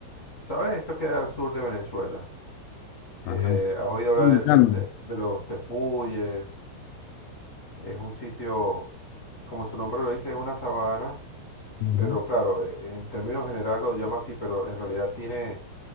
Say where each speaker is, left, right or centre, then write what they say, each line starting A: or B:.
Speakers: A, on the left; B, on the left.
A: ¿sabes? Eso queda al sur de Venezuela. Eh,
B: Ah, no.
A: ¿has oído hablar
B: Dominicano.
A: del- de, de los tepuyes? Es un sitio, como su nombre lo dice, es una sabana,
B: Ujú.
A: pero claro, eh, en términos generales lo llama así, pero en realidad tiene